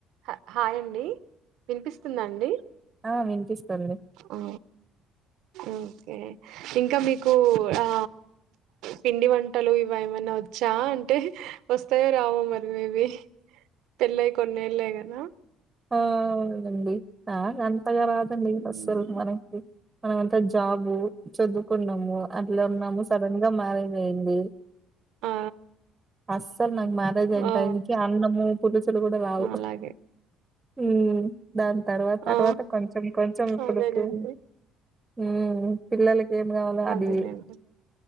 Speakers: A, on the right (about 75°); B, on the right (about 20°).
A: హ హాయండి వినిపిస్తుంద అండి
B: ఆ వినిపిస్తుంది
A: ఓ ఓకే ఇంకా మీకు ఆ పిండి వంటలు ఇవి ఏమన్నా వచ్చా అంటే వస్తాయో రావో మరి మేబీ పెల్లయ్ కొన్నేళ్ళైననా
B: అ అవును గండి ఆ అంతగా రాదండి
A: హ్మ్.
B: అస్సల్ మనకి మనమంతా జాబు చదువుకున్నాము అట్లా ఉన్నాము సడన్ గా మ్యారేజయింది
A: ఆ
B: అస్సల్ నాక్ మ్యారేజ్ అయిన్
A: ఆ
B: టయ్ నికి అన్నము పులుసులు గుడా రావు
A: నాలాగే
B: ఊ దాన్ తర్వాత తర్వాత
A: ఆ
B: కొంచెం కొంచెం ఇప్పుడిప్పుడు
A: అదేలేండి
B: ఊ పిల్లలకి ఏం గావాలో
A: అదేలేండి
B: అది